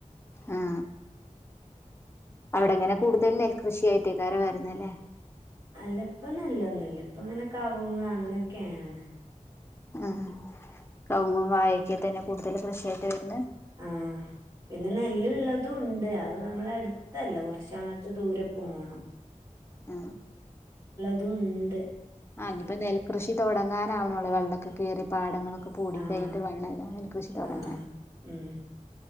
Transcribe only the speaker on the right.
അല്ല ഇപ്പ നെല്ലെന്നുല്ല ഇപ്പ ഇങ്ങനെ കാവുങ് അങ്ങനൊക്കെയാണ്
ആ പിന്നെ നെല്ലലള്ളതും ഉണ്ട് അത് നമ്മൾ അടുത്തല്ല കുറച്ച അങ്ങോട്ട് ദൂരെ പോകണം
തുണ്ട്
ആഹ്
ആഹ് ഉം